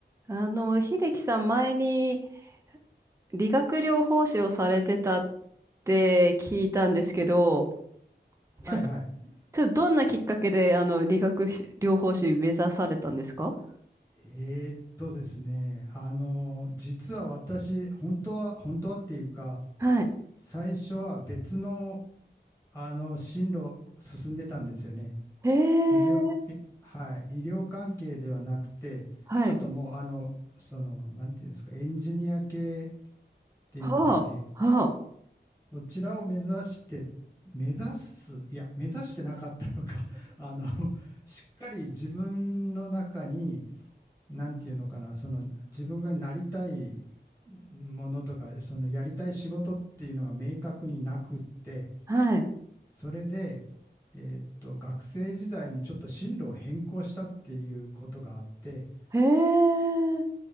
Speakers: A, on the right; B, on the left.
A: あの、秀樹さん前に理学療法士をされてたって聞いたんですけど、ちょ、
B: はいはい。
A: ちょっとどんなきっかけであの理学療法士目指されたんですか
B: えーっとですね、あの、実は私、本当は、本当はっていうか、
A: はい。
B: 最初は別の、あの、進路を進んでたんですよね。
A: へえ、
B: 医療、えはい、医療関係ではなくて、
A: はい。
B: ちょっともう、あの、その、なんていうんですか、エンジニア系っていうんですかね、
A: はあ、は
B: そちらを目指して、目指す、いや、目指してなかったのか、あの、しっかり自分の中に、なんていうのかな、その自分がなりたいものとか、そのやりたい仕事っていうのが明確になくって、
A: あ、はい。
B: それで、えーっと、学生時代にちょっと進路を変更したっていうことがあって、
A: へえ、